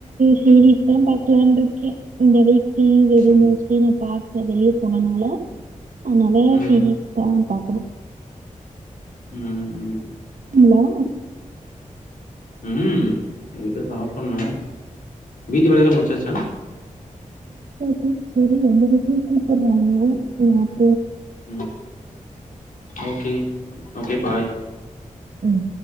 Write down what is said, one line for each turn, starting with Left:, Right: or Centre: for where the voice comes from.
Right: சீரீஸ் தா பாக்கலட்ருக்கே இந்த வீக் டிவி <unintelligible>
Left: ம்.
Right: மோஸ்ட்லி நா பாக் க வெளிய போனனால அதனால
Left: ம்.
Right: சீரீஸ் தா பாக்கணு
Left: ம் ம்
Right: இல்லே
Left: ம் <unintelligible> தா சாப்பண்ணு வீட்டு வேலயெல்லா முடிச்சாச்சா
Right: ச்சி சேரி எங்க வீட்லியு கூப்புடுராக <unintelligible>
Left: ம் ஓகே ஓகே பாய்
Right: உம்